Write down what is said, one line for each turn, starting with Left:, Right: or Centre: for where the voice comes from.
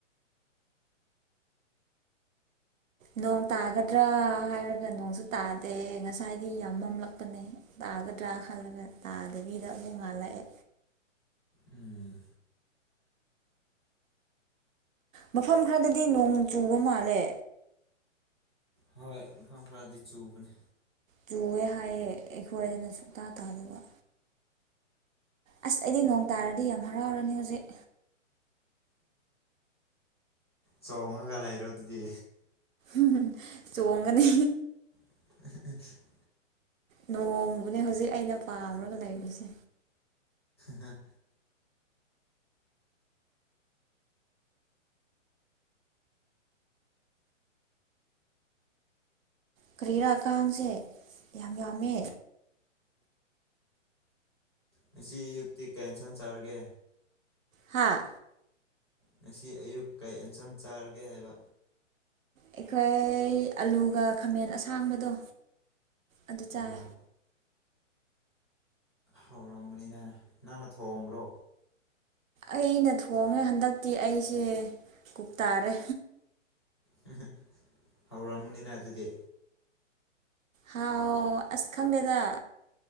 Right: ꯅꯣꯡ ꯇꯥꯒꯗ꯭ꯔꯥ ꯍꯥꯏꯔꯒ ꯅꯣꯡꯁꯨ ꯇꯥꯗꯦ ꯉꯁꯥꯏꯗꯤ ꯌꯥꯝ ꯃꯝꯂꯛꯄꯅꯦ ꯇꯥꯒꯗ꯭ꯔꯥ ꯈꯜꯂꯒ ꯇꯥꯗꯕꯤꯗ ꯑꯃꯨꯛ ꯉꯜꯂꯛꯑꯦ
Left: ꯎꯝ
Right: ꯃꯐꯝ ꯈꯔꯗꯗꯤ ꯅꯣꯡ ꯆꯨꯕ ꯃꯥꯜꯂꯦ
Left: ꯍꯣꯏ ꯃꯐꯝ ꯐꯔꯗꯤ ꯆꯨꯕꯅꯤ
Right: ꯆꯨꯑꯦ ꯍꯥꯏꯌꯦꯦ ꯑꯩꯈꯣꯏꯗꯅ ꯁꯨꯛꯇꯇꯥ ꯇꯥꯗꯕ ꯑꯁ ꯑꯩꯗꯤ ꯅꯣꯡ ꯇꯥꯔꯗꯤ ꯌꯥꯝ ꯍꯔꯥꯎꯔꯅꯤ ꯍꯣꯖꯤꯛ
Left: ꯆꯣꯡꯉꯒ ꯂꯩꯔꯣ ꯑꯗꯨꯗꯤ
Right: ꯎ ꯆꯣꯡꯒꯅꯤ
Left: <inaudible>
Right: ꯅꯣꯡꯕꯨꯅꯦ ꯍꯧꯖꯤꯛ ꯑꯩꯅ ꯄꯥꯝꯔꯒ ꯂꯩꯔꯤꯕꯁꯦ
Left: ꯍ
Right: ꯀꯔꯤꯔꯛ ꯀꯥꯡꯁꯦ ꯌꯥꯝ ꯌꯥꯝꯃꯦ
Left: ꯉꯁꯤ ꯑꯌꯨꯛꯇꯤ ꯀꯩ ꯍꯦꯟꯖꯥꯡ ꯆꯥꯔꯒꯦ
Right: ꯍꯥꯥ
Left: ꯉꯁꯤ ꯑꯌꯨꯛ ꯀꯩ ꯑꯦꯟꯁꯥꯡ ꯆꯥꯔꯒꯦ ꯍꯥꯏꯕ
Right: ꯑꯩꯈꯣꯏ ꯑꯂꯨꯒ ꯈꯥꯃꯦꯟ ꯑꯁꯥꯡꯕꯗꯣ ꯑꯗꯨ ꯆꯥꯏ
Left: ꯑꯣ ꯍꯧꯔꯝꯕꯅꯤꯅ ꯅꯪꯅ ꯊꯣꯡꯕ꯭ꯔꯣ
Right: ꯑꯩꯅ ꯊꯣꯡꯉꯦ ꯍꯟꯗꯛꯇꯤ ꯑꯩꯁꯦ ꯀꯨꯛ ꯇꯥꯥꯔꯦ
Left: ꯍꯝꯍꯝ ꯍꯥꯎꯔꯝꯒꯅꯤꯅ ꯑꯗꯨꯗꯤ
Right: ꯍꯥꯎ ꯑꯁ ꯈꯪꯗꯦꯗ